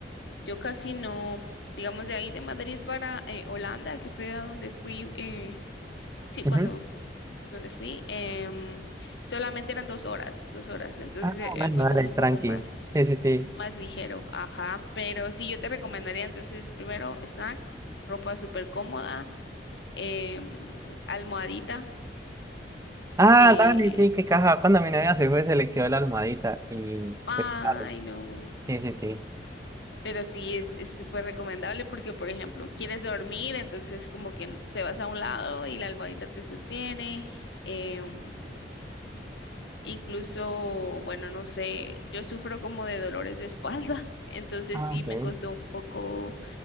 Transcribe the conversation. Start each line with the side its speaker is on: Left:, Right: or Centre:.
Left: yo casi no, digamos, de ahí de Madrid para eh, Holanda, que fue a donde fui, eh, sí,
Right: Ujú.
Left: cuando donde fui, em, solamente eran dos horas, dos horas, entonces
Right: Ah,
Left: eh, eh,
Right: bueno,
Left: fue
Right: dale,
Left: como un
Right: tranqui.
Left: poco más,
Right: Sí, sí, sí.
Left: más ligero, ajá, pero sí, yo te recomendaría entonces primero snacks, ropa súper cómoda, em, almohadita,
Right: Ah,
Left: eh,
Right: dale, sí, qué caja. Cuando mi novia se fue, se le quedó la almohadita y
Left: ay
Right: fue claro.
Left: no,
Right: Sí, sí, sí.
Left: pero sí es, es súper recomendable porque, por ejemplo, quieres dormir, entonces como que te vas a un lado y la almohadita te sostiene. em, Incluso, bueno, no sé, yo sufro como de dolores de espalda, <laughs> entonces
Right: Ah,
Left: sí
Right: ok.
Left: me costó un poco.